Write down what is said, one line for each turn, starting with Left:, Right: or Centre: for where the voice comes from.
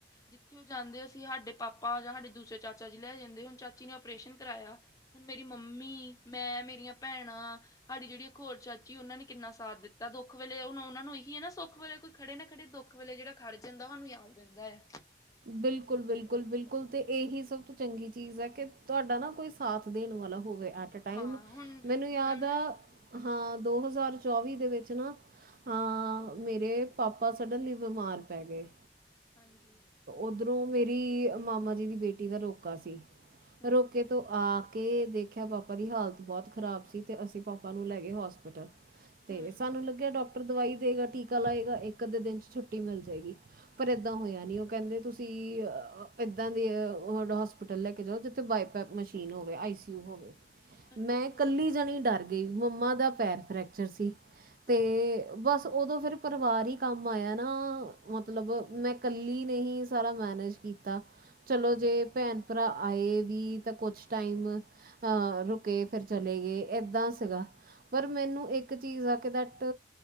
Left: ਜਿੱਥੇ ਉਹ ਜਾਂਦੇ ਅਸੀਂ ਸਾਡੇ ਪਾਪਾ ਸਾਡੇ ਦੂਸਰੇ ਚਾਚਾ ਜੀ ਲੈ ਜਾਂਦੇ। ਚਾਚੀ ਨੇ ਆਪਓਰੇਸ਼ਨ ਕਰਵਾਆ। ਹੁਣ ਮੇਰੀ ਮੰਮੀ, ਮੈਂ, ਮੇਰੀਆਂ ਭੈਣਾਂ ਸਾਡੀ ਜਿਹੜੀ ਖਰ ਚਾਚੀ ਉਹਨਾਂ ਨੇ ਕਿੰਨਾ ਸਾਥ ਦਿੱਤਾ। ਦੁੱਖ ਵੇਲੇ ਹੁਣ ਉਹਨਾਂ ਨੂੰ ਇਹੀ ਹੈ ਨਾ ਸੁੱਖ ਵੇਲੇ ਕੋਈ ਖੜੇ ਨਾ ਖੜੇ, ਦੁੱਖ ਵੇ ਜਿਹੜਾ ਖਰ ਜਾਂਦਾ ਮੈਨੂੰ ਯਾਦ ਰਹਿੰਦਾ ਹੈ।
Right: ਬਿਲਕੁਲ -ਬਿਲਕੁਲ- ਬਿਲਕੁਲ ਤੇ ਇਹੀ ਸਭ ਤੋਂ ਚੰਗੀ ਚੀਜ਼ ਹੈ। ਕਿ ਤੁਹਾਡਾ ਨਾ ਕੋਈ ਸਾਥ ਦੇਣ ਵਾ ੳ ਤਾਂ ਹੱਟਦਾ ਹੀ
Left: ਹਾਂ
Right: ਨਹੀ। ਹੋਵੇ
Left: ਹੁਣ
Right: ਮੈਨੂੰ ਯਾਦ
Left: ਜਿੱਦਾਂ ਨਾ
Right: ਆ ਹਾਂ, ਦੋ ਹਜ਼ਾਰ ਚੌਵੀ ਦੇ ਵਿੱਚ ਨਾ, ਅਅ, ਮੇਰੇ ਪਾਪਾ ਸਡਨਲੀ ਬਿਮਾਰ ਪੈ ਗਏ।
Left: ਹਾਂ ਜੀ।
Right: ਓਧਰੋਂ, ਮੇਰੀ ਮਾਮਾ ਜੀ ਦੀ ਬੇਟੀ ਦਾ ਰੋਕਾ ਸੀ।
Left: ਹੂੰ
Right: ਰੋਕੇ ਤੋਂ ਆ ਕੇ ਦੇਖਿਆ, ਪਾਪਾ ਦੀ ਹਾਲਤ ਬਹੁਤ ਖ਼ਰਾਬ ਸੀ। ਤੇ ਅਸੀਂ ਪਾਪਾ ਨੂੰ ਲੈ ਗਏ ਹੋਸਪਿਟਲ‌। ਤੇ
Left: ਹੂੰ
Right: ਸਾਨੂੰ ਲੱਗਿਆ, ਡਾਕਟਰ ਦਵਾਈ ਦੇਗਾ, ਟੀਕਾ ਲਾਏਗਾ। ਇੱਕ- ਅੱਧੇ ਦਿਨ 'ਚ ਛੁੱਟੀ ਮਿਲ ਜਾਏਗੀ। ਪਰ ਇੱਦਾਂ ਹੋਇਆ ਨੀ। ਉਹ ਕਹਿੰਦੇ ਤੁ ਤੁਸੀਂ ਅ, ਇੱਦਾਂ ਦੇ ਅ, ' <unintelligible> ' ਹੋਸਪਿਟਲ ਲੈ ਕੇ ਜਾਓ, ਜਿੱਥੇ ਬਾਇਪੈਪ ਮਸ਼ੀਨ ਹੋਵੇ, ਆਈ ਸੀ ਯੂ ਹੋਵੇ।
Left: ਅੱਛਾ
Right: ਮੈਂ ਕੱਲੀ ਜਾਣੀ ਡਰ ਗਈ। ਮੰਮਾ ਦਾ ਪੈਰ ਫਰੈਕਚਰ ਸੀ। ਤੇ
Left: ਹਾਂਜੀ
Right: ਬਸ ਉਦੋਂ ਫਿਰ ਪਰਿਵਾਰ ਹੀ ਕੰਮ ਆਇਆ ਨਾ। ਮਤਲਬ, ਮੈਂ ਕੱਲੀ ਨਹੀ ਸਾਰਾ ਮੈਨੇਜ ਕੀਤਾ। ਚਲੋ, ਜੇ ਭੈਣ- ਭਰਾ ਆਏ ਵੀ ਤਾਂ ਕੁਛ ਟਾਈਮ ਹਾਂ ਰੁਕੇ, ਫਿਰ ਚਲੇ ਗਏ। ਏਦਾਂ ਸੀਗਾ। ਪਰ ਮੈਂਨੂੰ ਇੱਕ ਚੀਜ਼ ਹਦ ਤਕ,